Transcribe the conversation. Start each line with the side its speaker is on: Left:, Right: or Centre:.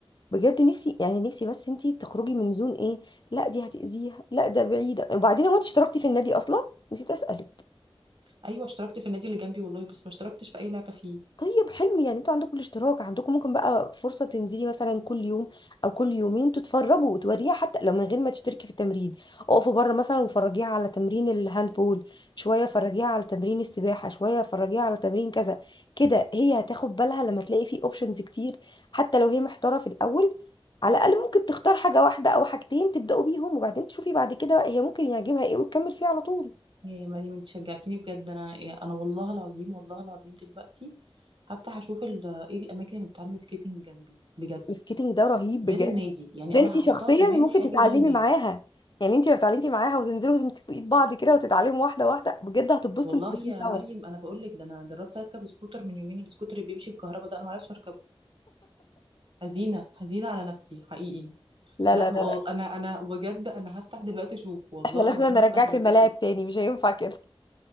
Left: بجد نفسي يعني نفسي بس انت تخرجي من زون ايه لا دي هتأذيها لا ده بعيده وبعدين هو انت اشتركتي في النادي اصلا نسيت اسالك
Right: ايوه اشتركت في النادي اللي جنبي والله بس ما اشتركتش في اي لعبة فيه
Left: طيب حلو يعني انتوا عندكم الاشتراك عندكم ممكن بقى فرصة تنزلي مثلا كل يوم او كل يومين تتفرجوا وتوريها حتى لو من غير ما تشتركي في التمرين اقفوا بره مثلا وفرجيها على تمرين الهاندبول شوية فرجيها على تمرين السباحة شوية فرجيها على تمرين كذا كده هي هتاخد بالها لما تلاقي فيه اوبشنز كتير حتى لو هي محتارة في الاول على الاقل ممكن تختار حاجة واحدة او حاجتين تبدأوا بيهم وبعدين تشوفي بعد كده بقى هي ممكن يعجبها ايه وتكمل فيه على طول
Right: يا مريم انت شجعتيني بجد انا انا والله العظيم والله العظيم دلوقتي هفتح اشوف ال- ايه الاماكن اللي بتعلم سكيتنج جنبي بجد
Left: السكيتنج ده رهيب
Right: غير
Left: بجد
Right: النادي يعني
Left: ده
Right: انا
Left: انت
Right: هحطها
Left: شخصيا
Right: كمان
Left: ممكن
Right: حاجه
Left: تتعلمي
Right: غير النادي
Left: معاها يعني انت لو اتعلمتي معاها وتنزلوا وتمسكوا ايد بعض كده وتتعلموا واحده واحده بجد هتتبسطوا
Right: والله
Left: انتوا الاتنين
Right: يا
Left: سوا
Right: مريم انا بقول لك ده انا جربت اركب سكوتر من يومين السكوتر اللي بيمشي بكهرباء ده انا ما اعرفش اركبه حزينه حزينه على نفسي حقيقي
Left: لا
Right: لا
Left: لا
Right: ب-
Left: لا لا
Right: انا انا بجد انا هفتح دلوقتي اشوف والله
Left: احنا لازم
Right: العظيم
Left: نرجعك
Right: هفتح دلوقتي
Left: الملاعب
Right: اشوف
Left: تاني مش هينفع كده